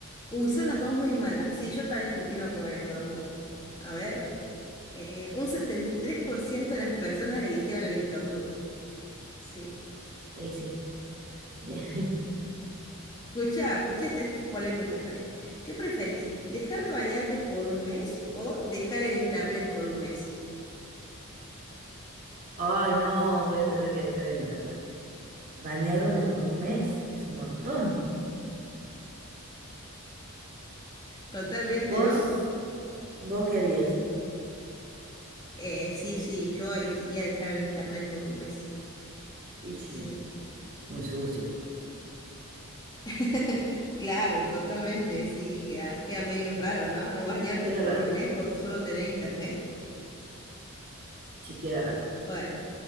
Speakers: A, on the left (about 20°); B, on the right (about 40°).
A: Uy, son las dos muy malas. Sí, yo también me inclino por el estornudo. A ver, eh, un 73% de las personas eligieron el estornudo. Sí.
B: Y sí. <laughs>
A: Escucha, escucha, esta, esta es polémica también. ¿Qué preferís? ¿Dejar de bañarte por un mes o dejar el internet por un mes?
B: Ay, no, voy a tener que dejar el internet. Bañarme por un mes es un montón.
A: Totalmente,
B: ¿Vos?
A: ¿no?
B: ¿Vos qué harías?
A: Eh, sí, sí, yo elegiría dejar el internet por un mes.
B: Y sí,
A: Sí.
B: muy sucio.
A: <laughs> Claro, totalmente. Sí, queda, queda medio raro, ¿no? No bañarte
B: Queda
A: por
B: raro.
A: un mes por solo tener internet.
B: Sí, queda raro.
A: Bueno.